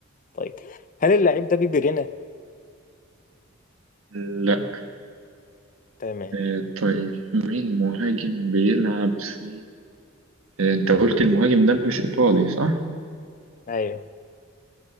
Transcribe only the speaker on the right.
لا
آه، طيب مين مهاجم بيلعب في آه، أنت قلت المهاجم ده مش إيطالي صح؟